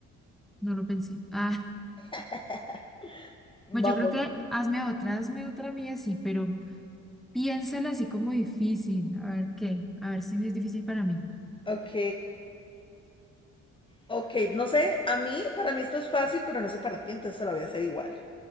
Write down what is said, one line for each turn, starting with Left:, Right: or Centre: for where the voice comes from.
Centre: No lo pensé. Ah.
Left: <laughs> Vamos.
Centre: Pues yo creo que hazme otra, hazme otra mía, sí, pero piénsala así como difícil. A ver qué, a ver si es difícil para mí.
Left: Ok, ok, no sé, a mí, para mí esto es fácil, pero no sé para ti, entonces te la voy a hacer igual.